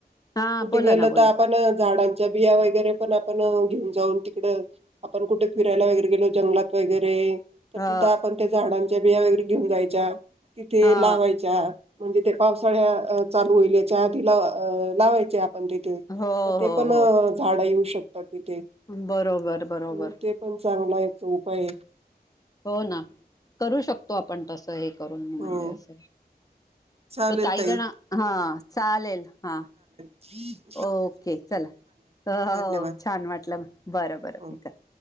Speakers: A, on the left; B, on the right.
A: हा
B: कुठे
A: बोला
B: गेलं
A: ना बोला
B: तर आपण झाडांच्या बिया वगैरे पण आपण घेऊन जाऊन तिकड आपण कुठे फिरायला वगैरे गेलो जंगलात वगैरे तर
A: ह
B: तिथं आपण त्या झाडांच्या बिया वगैरे घेऊन जायच्या तिथे
A: हा
B: लावायच्या म्हणजे ते पावसाळ्या चालू होईल याच्या आधी ला लावायचे आपण ते
A: हो
B: मग
A: हो
B: ते पण
A: हो
B: झाडं येऊ शकतात तिथे
A: बरोबर बरोबर.
B: हम्म, ते पण चांगला एक उपाय आहे
A: हो ना करू शकतो आपण तसं एक ून
B: हो
A: म्हणजे अस
B: चालेल
A: काही
B: ताई
A: जण हा चालेल हा.
B: ह.
A: ओके चला
B: धन्यवाद
A: छान वाटलं बरं बरं
B: हो
A: मी कर.